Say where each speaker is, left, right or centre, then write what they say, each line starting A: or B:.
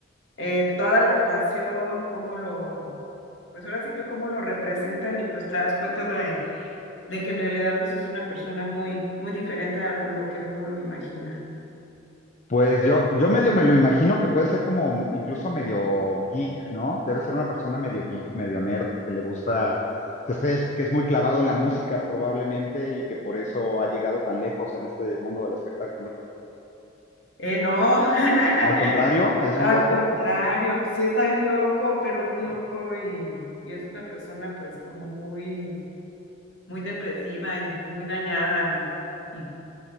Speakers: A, on the left; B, on the left.
A: eh, toda la actuación, cómo lo, pues ahora sí que cómo lo representan y pues te das cuenta de, de que en realidad pues es una persona muy, muy diferente a lo que uno lo imagina.
B: Pues yo, yo medio me lo imagino que puede ser como incluso medio geek, ¿no? Debe ser una persona medio geek, medio nerd, que le gusta, que esté, que es muy clavado en la música probablemente y que por eso ha llegado tan lejos en este mundo del espectáculo.
A: Eh, no, <laughs>
B: Al contrario, es
A: al
B: un loco.
A: contrario, sí está bien loco, pero bien
B: Ah,
A: loco y, y es una persona pues como muy muy depresiva y muy dañada y, y